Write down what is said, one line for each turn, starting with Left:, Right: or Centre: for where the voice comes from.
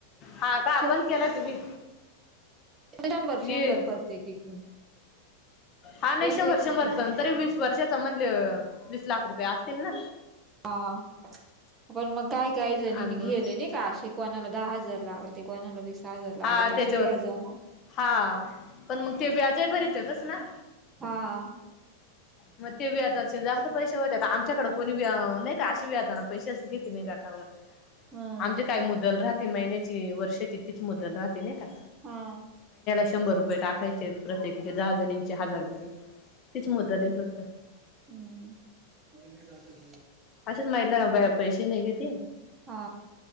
Left: हा का
Right: श
Left: बंद केलाय तुम्ही
Right: शंभर
Left: हे
Right: शंभर पररते एकूण-
Left: हा नाही
Right: एक
Left: शंभर्षभर
Right: एक एकूण
Left: प तरी वीस वर्षाचा म्हणले वीस लाख रुपये असतील ना.
Right: हा पण मग काय काय जणीने
Left: आणि
Right: घेले
Left: मग
Right: नाही. कश आहे कोणाला दहा हजार लागत कोणाला वीस काजरलाग
Left: हा
Right: ते अश
Left: त्याच्यावर
Right: वेयाजव ना.
Left: हा पण मग ते व्याजही भरीत येतच ना
Right: हा.
Left: मग ते व्या जाचे जास्त पैसे होतात आमच्याकडे कोणी व्या नाही. काता पैसे घेत नाहीटावर
Right: हम्म
Left: आम काय मु दल राहाती महिन्याची वर्षाची तीच मुदल राह नाही का?
Right: हा
Left: शंभर रुपये टाकायचे प्रत्येकीचे दहा जणीचे हजार रुपये तच मदल आहे
Right: हम्
Left: अेच माहिला पैसे नाही घेतती
Right: हा